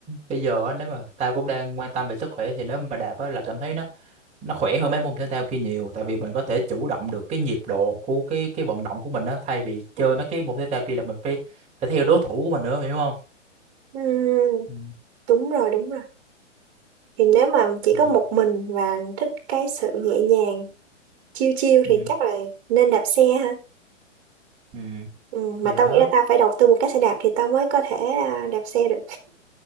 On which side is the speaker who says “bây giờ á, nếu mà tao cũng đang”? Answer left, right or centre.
Right